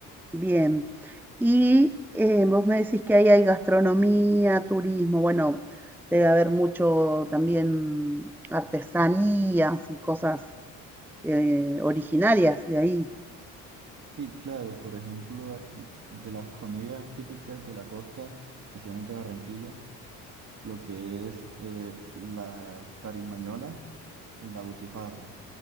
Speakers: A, in the centre; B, on the right.
A: Bien. Y eh, vos me decís que ahí hay gastronomía, turismo, bueno, debe haber mucho también artesanías y cosas eh, originarias de ahí.
B: Sí, claro, por ejemplo, a- de las comidas típicas de la costa, especialmente de Barranquilla, lo que es eh, la carimañola y la butifarra.